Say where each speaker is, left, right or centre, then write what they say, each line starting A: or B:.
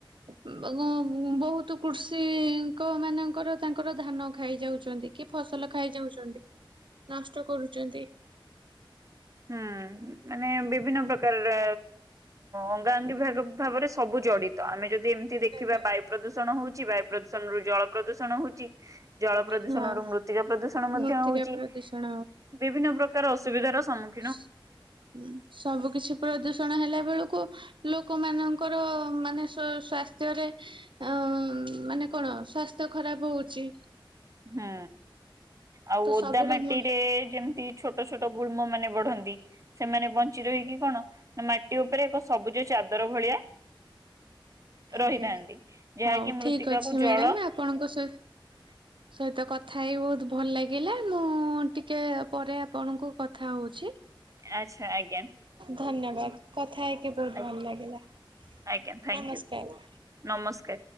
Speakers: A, on the right (about 65°); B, on the right (about 35°).
A: <unintelligible> ବହୁତ କୃଷିଙ୍କ ମାନଙ୍କର ତାଙ୍କର ଧାନ ଖାଇଯାଉଛନ୍ତି କି ଫସଲ ଖାଇଯାଉଛନ୍ତି ନଷ୍ଟ କରୁଛନ୍ତି
B: ହୁଁ ମାନେ ବିଭିନ୍ନ ପ୍ରକାରରେ ଅଙ୍ଗାଅଙ୍ଗୀ ଭାବେ ଭାବରେ ସବୁ ଜଡିତ ଆମେ ଯଦି ଯେମିତି ଦେଖିବା
A: ଆଜ୍ଞା।
B: ବାୟୁ ପ୍ରଦୂଷଣ ହଉଚି, ବାୟୁ ପ୍ରଦୂଷଣରୁ ଜଳ ପ୍ରଦୂଷଣ ହଉ ଚି ଜଳ ପ୍ରଦୂଷଣରୁ
A: ହଁ
B: ମୃତ୍ତିକା ପ୍ରଦୂଷଣ ମଧ୍ୟ
A: ମୂର୍ତ୍ତିକା
B: ହଉଛି,
A: ପ୍ରଦୂଷଣ
B: ବିଭିନ୍ନ ପ୍ରକାର ଅସୁବିଧାର ସମ୍ମୁ-
A: ସ୍ ସବୁ କିଛି ପ୍ରଦୂଷଣ ହେଲା ବେଳକୁ ଲୋକମାନାନଙ୍କର ମାନେ ସୁ ସ୍ଵାସ୍ଥ୍ୟରେ ଅଁ ମାନେ କଣ ସ୍ଵାସ୍ଥ୍ୟ ଖରାପ ହଉ ଚି
B: ହଁ। ଆଉ ଓଦା
A: ସବୁର
B: ମାଟିରେ
A: ମୂଳ
B: ଯେମତି ଛୋଟ ଛୋଟ ଗୁଳ୍ମ ମାନେ ବଢନ୍ ଏ ସେମାନେ ବଞ୍ଚି ରହିକି କଣ ନା ମାଟି ଉପରେ ଏକ ସବୁଜ ଚାଦର ଭଳିଆ
A: ଆଜ୍ଞା।
B: ରହିଥାନ୍ତି। ଯାହାକି
A: ହଉ
B: ମୃତ୍ତିକାକୁ
A: ଠିକ ଅଛି ମ୍ୟାଡାମ
B: ଜଳ
A: ଆପଣଙ୍କ ସହି ସହିତ କଥା ହେଇ ବହୁତ ଭଲ ଲାଗିଲା ମୁଁ ଟିକେ ପରେ ଆପଣଙ୍କୁ କଥା ହଉଛି।
B: ଆଚ୍ଛା ଆ
A: ଧନ୍ୟବାଦ କଥା ହେଇକି ବହୁତ
B: ଆଜ୍ଞା
A: ଭଲ ଲାଗିଲା ନମସ୍କାର।
B: ଆଜ୍ଞା ଥ୍ୟାଙ୍କୟୁ ନମସ୍କାର।